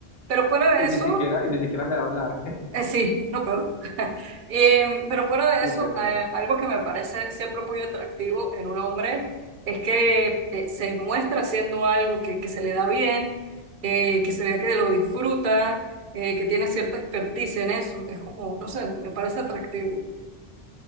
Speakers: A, on the right (about 55°); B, on the left (about 65°).
A: Pero fuera
B: Y
A: de eso...
B: ni siquiera, y ni siquiera me va a hablar. <laughs>
A: Eh, sí, lo peor. <laughs> Em, pero fuera de
B: Sí,
A: eso,
B: peor.
A: eh, algo que me parece siempre muy atractivo en un hombre es que eh, se muestra haciendo algo que, que se le da bien, eh, que se vea que lo disfruta, eh, que tiene cierta experticia en eso. Es como, no sé, me parece atractivo.